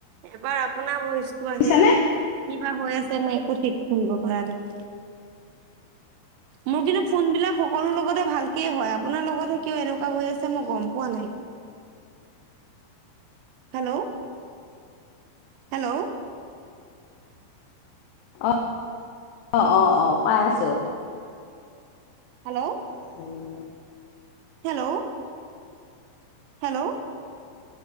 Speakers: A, on the right; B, on the left.
A: এবাৰ আপোনাৰ ভইচটো
B: শুনিছানে?
A: আহে। কিবা হৈ আছে মই একো ঠিক কৰিব পৰা নাই। মোৰ কিন্তু ফোন বিলাক সকলো লগতে ভালকে হয়। আপোনাৰ লগতহে কিয় এনেকুৱা হৈ আছে মই গম পোৱা নাই? <unintelligible> হেল্ল'? হেল্ল'?
B: অ', অ' - অ' - অ', পাই আছোঁ।
A: হেল্ল'?
B: হেয়া
A: হেল্ল'? হেল্ল'?